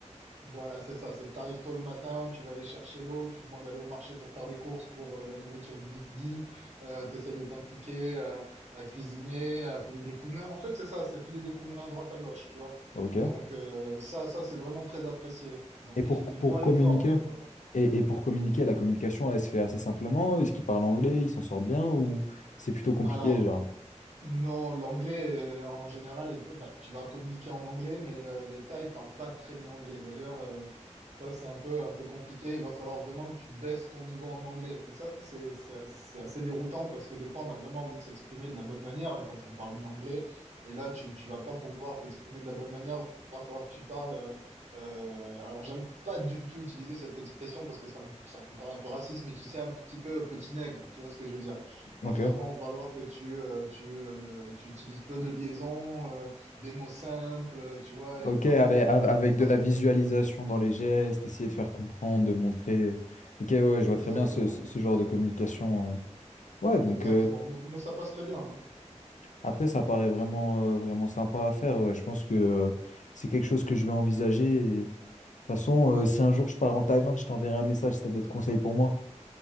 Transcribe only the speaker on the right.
voilà, c'est ça. C'est t'arrives tôt le matin, tu vas aller chercher l'eau, tu demandes d'aller au marché pour faire des courses pour euh, la nourriture du midi, euh, t'essayes de t'impliquer euh, à cuisiner, à filer des coups de main. En fait, c'est ça, c'est filer des coups de main à droite à gauche, tu vois.
Donc euh, ça, ça c'est vraiment très apprécié. Donc
ils
voient
l'effort en fait, quoi.
Alors
Non, l'anglais euh, en général, les Tha- bah, tu vas communiquer en anglais, mais euh, les Thaïs parlent pas très bien anglais. D'ailleurs, euh, ça c'est un peu un peu compliqué. Il va falloir vraiment que tu baisses ton niveau en anglais. Et ça c'est c'est as- c'est assez déroutant parce que des fois on a vraiment envie de s'exprimer de la bonne manière hein, quand on parle bien anglais. Et là tu tu vas pas pouvoir t'exprimer de la bonne manière. Il va falloir que tu parles. euh, euh, alors j'aime pas du tout utiliser cette expression parce que ça me ça me paraît un peu raciste, mais tu sais un petit peu euh, petit nègre. Tu vois ce que je veux dire?
va vraiment falloir que tu, euh, tu, euh, tu utilises peu de liaisons, euh, des mots simples, euh, tu vois, et
pas
trop de,
de-
de phrases
compliquées.
Exactement,
exactement.
Mais, mais ça passe très bien, hein.